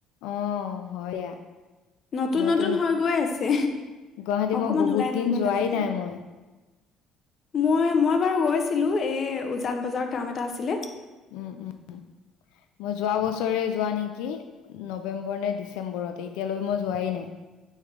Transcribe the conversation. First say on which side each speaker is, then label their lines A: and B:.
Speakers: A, on the left; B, on the left.
A: অ 'হয়
B: নতুন
A: মইতো
B: -নতুন হৈ গৈ আছে,
A: গুৱাহাটী
B: অকমান
A: মই বহুত
B: ওলাই নগলে
A: দিন যোৱাই
B: মানে।
A: নাই মই
B: মই- মই বাৰু গৈছিলো এ উজান বজাৰত কাম এটা আছিলে।
A: উ - উ মই যোৱা বছৰে যোৱা নেকি নৱেম্বৰ নে ডিচেম্বতে এতিয়ালৈ মই যোৱাই নাই।